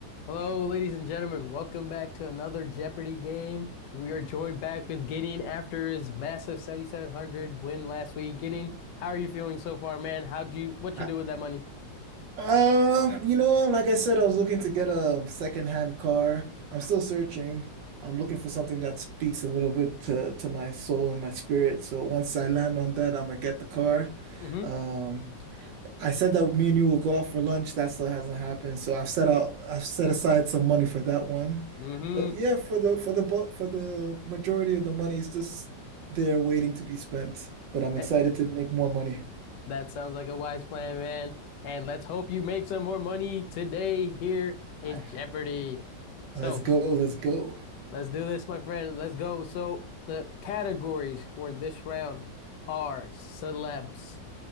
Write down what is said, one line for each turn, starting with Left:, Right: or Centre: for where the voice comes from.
Left: Hello, ladies and gentlemen. Welcome back to another Jeopardy game. We are joined back with Gideon after his massive 7,700 win last week. Gideon, how are you feeling so far, man? How'd you, what
Right: Uh,
Left: you do with that money?
Right: Um, you know, like I said, I was looking to get a secondhand car. I'm still searching. I'm looking for something that speaks a little bit to, to my soul and my spirit. So once I land on that, I'm gonna get the car.
Left: Mm-hmm.
Right: Um, I said that me and you will go out for lunch. That still hasn't happened. So I've set out, I've set aside some money for that one.
Left: Mm-hmm.
Right: But yeah, for the for the bu- for the majority of the money is just there waiting to be spent. But I'm
Left: Eh,
Right: excited to make more money.
Left: That sounds like a wise plan, man. And let's hope you make some more money today here in
Right: I,
Left: Jeopardy. So
Right: let's go, let's go.
Left: let's do this, my friend. Let's go. So the categories for this round are celebs,